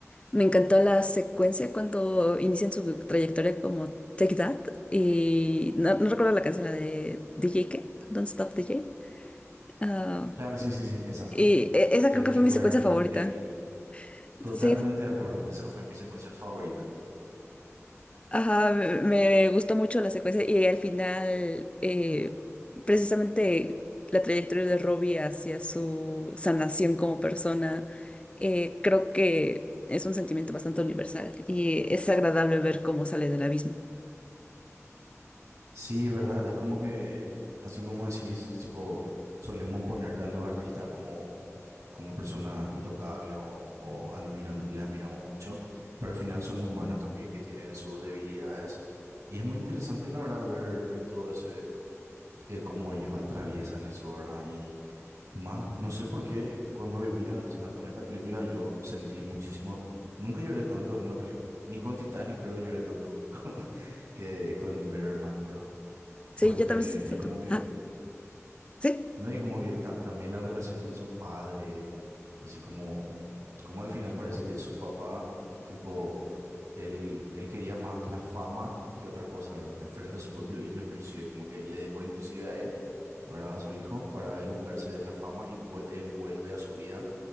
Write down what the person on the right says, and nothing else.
Claro, sí, sí, sí, esa.
Que,
que
fue
increíble. Totalmente
de acuerdo. Esa fue mi secuencia favorita.
Sí, ¿verdad? Es como que, así como decís, tipo, solemos ponerle a los artistas como como personas intocables o, o admirando, les admiramos mucho, pero al final son humanos también que tienen sus debilidades. Y es muy interesante, la verdad, ver, ver todo ese, eh, cómo ellos atraviesan eso, ¿verdad? Y más, no sé por qué con Robbie Williams, o sea, con esta película yo sentí muchísimo, nunca lloré tanto en una película, ni con Titanic creo que lloré tanto <laughs> con- que con Better Man, ¿verdad?
Porque
es como que
no, y como que ta- también la relación con su padre, así como, como al final parece que su papá, tipo, él, él quería más la fama que otra cosa, ¿verdad? Eh, Frente a su propio hijo, inclusive, como que le dejó inclusive a él, ¿verdad? A su hijo, para él buscarse la fama y vue- él vuelve a su vida